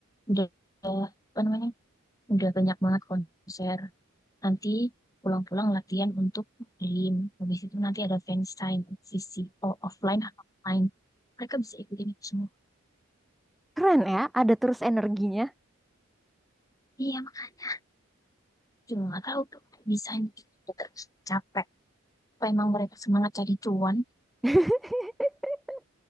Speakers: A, on the left; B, in the centre.
A: udah apa namanya udah banyak banget konser nanti pulang-pulang latihan untuk Dream habis itu nanti ada fans time VCO offline atau online mereka bisa ikutin itu semua
B: Keren ya, ada terus energinya.
A: iya makanya juga nggak tahu tuh bisa terus capek apa emang mereka semangat cari cuan
B: <laughs>